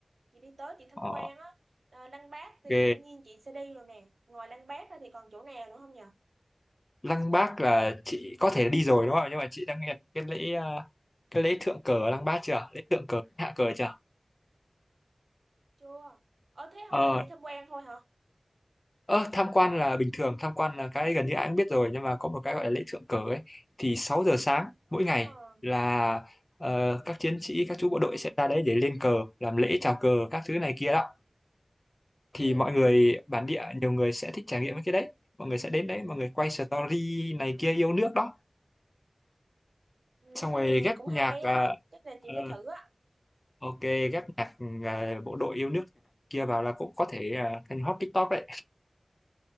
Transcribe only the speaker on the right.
Chị đi tới chị tham
quan á. Ờ, Lăng Bác thì
đương nhiên chị sẽ đi rồi nè. Ngoài Lăng Bác ra thì còn chỗ nào nữa không nhỉ?
Chưa. Ờ thế không
phải mình đi tham quan thôi hả?
Ờ,
ừ,
ừ,
cũng
hay
á, chắc là
chị phải thử á.